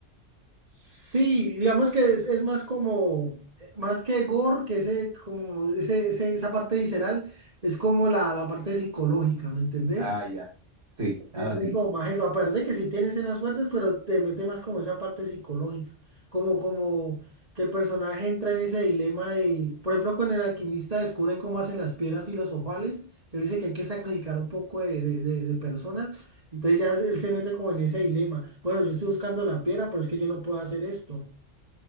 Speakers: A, on the right; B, on the right.
A: Sí, digamos que es, es más como, eh, más que gore, que ese, como ese, ese- esa parte visceral, es como la, la parte psicológica, ¿me entendés?
B: Ah, ya. Sí,
A: Le
B: ahora
A: Tiene
B: sí.
A: como
B: lo-
A: más eso, aparte de que sí tiene escenas fuertes, pero te mete más como esa parte psicológica, como, como que el personaje entra en ese dilema de, por ejemplo, cuando el alquimista descubre cómo hacen las piedras filosofales, que él dice que hay que sacrificar un poco de, de, de de personas, entonces ya él se mete como en ese dilema, bueno, yo estoy buscando la piedra, pero es que yo no puedo hacer esto.